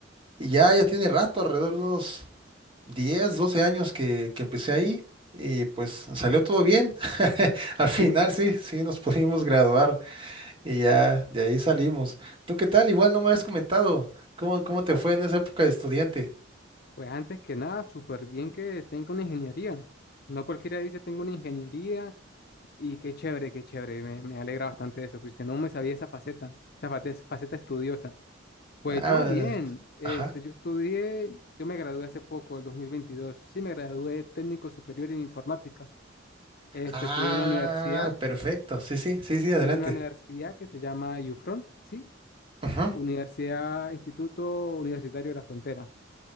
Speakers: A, on the right (about 30°); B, on the left (about 55°).
A: Y ya, ya tiene rato, alrededor de unos 10 12 años que, que empecé ahí. Y pues salió todo bien. <laughs> Al final
B: <laughs>
A: sí, sí nos pudimos graduar y ya de ahí salimos. ¿Tú qué tal? Igual no me has comentado cómo, cómo te fue en esa época de estudiante.
B: Pues antes que nada, súper bien que tenga una ingeniería. No cualquiera dice tengo una ingeniería y qué chévere, qué chévere. Me, me alegra bastante eso, Cristian. No me sabía esa faceta, esa fate- faceta estudiosa. Pues
A: Ah,
B: yo bien, este,
A: ajá.
B: yo estudié, yo me gradué hace poco, el 2022, sí me gradué técnico superior en informática. Este,
A: Ah,
B: estudié en una universidad,
A: perfecto. Sí, sí, sí, sí,
B: estudié
A: adelante.
B: en una universidad que se llama UFRON, sí,
A: Ujú.
B: Universidad Instituto Universitario de la Frontera.